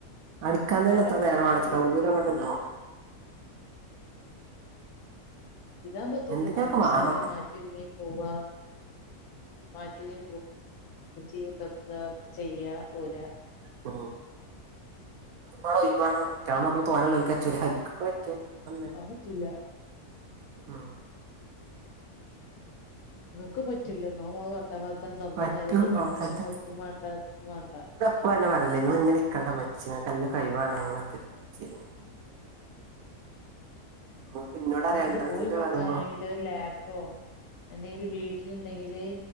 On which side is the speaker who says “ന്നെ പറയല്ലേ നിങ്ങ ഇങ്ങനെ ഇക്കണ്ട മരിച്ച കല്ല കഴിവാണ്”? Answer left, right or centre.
Right